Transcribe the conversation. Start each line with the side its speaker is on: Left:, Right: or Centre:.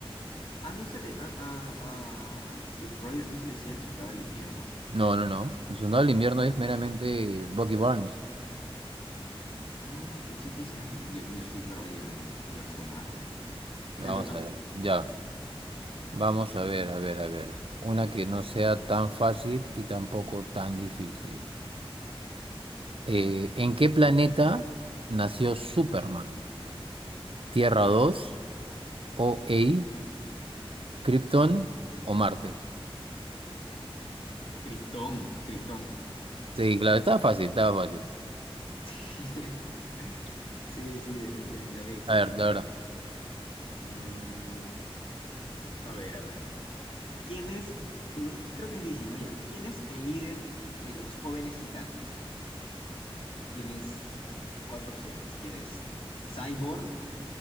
Left: Ah, no se le... A, a- a Steve Rogers no se le decía el soldado del invierno.
Right: No, no, no. El soldado del invierno es meramente Bucky Barnes.
Left: Ah, pensé que sí. Ay, Dios mío, estoy perdido en el universo Marvel.
Right: Vamos
Left: Te toca.
Right: a ver. Ya. Vamos a ver, a ver, a ver. Una que no sea tan fácil y tampoco tan difícil. Eh, ¿en qué planeta nació Superman? ¿Tierra dos o OA, Krypton o Marte?
Left: Krypton, Krypton.
Right: Sí, claro, estaba fácil, estaba fácil.
Left: <laughs> Sí, sí, definitivamente. Ok,
Right: A ver,
Left: ok.
Right: ahora.
Left: Eh, mm, a ver, a ver. ¿Quién es? mm, Creo que es DC, ¿no? Ya. ¿Quién es el líder de los jóvenes titanes? Tienes cuatro opciones. Tienes Cyborg,